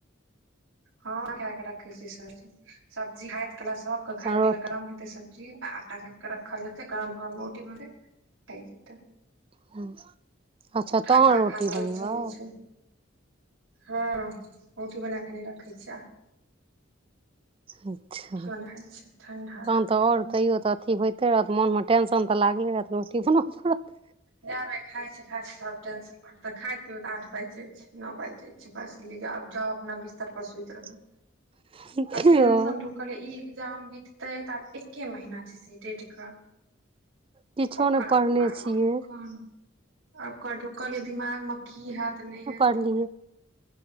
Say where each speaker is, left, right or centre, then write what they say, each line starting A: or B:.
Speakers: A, on the right; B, on the right.
A: हँ क के राखे छी सबी सब्जी खाइत कला सबके खाइत
B: रोटी
A: क गरम। सब्जी आटा सान के रखल जेतै गरम गरम रोटी मेट जेते।
B: ह अच्छा
A: ठंडा
B: तहन रोटी
A: खाना नहि
B: बनेबै।
A: चलै छै हँ रोटी बना कऽ नहि रखै छियै।
B: अच्छा
A: केओ नहि खाइ छै ठंडा
B: काँ
A: रोटी
B: तऽ आओर
A: हूँ
B: तैयो तऽ। अथी होइत रहऽ मोनमे टेन्शन तऽ लागलै रहत रोटी बनबऽ पड़त।
A: जाबे खाइ छै खाय छै सब टेशन। आओर तऽ खायइत पी आठ बाजि जाय छै नओ बाजि जाय छै बस लिय आब जाउ अपना बिस्तर पर सुति रहू।
B: <inaudible>
A: आ
B: कि
A: टेंशन
B: यौ
A: ढुकले ई एग्जाम बितते तऽ आब एके महीना छै सी टेड का
B: किछो
A: ओकार
B: नहि पढ़ने
A: अब दीमाग
B: छियै
A: म क। आकर ढुकल ये दिमाग मे की हत नहि हत।
B: करीए <unintelligible>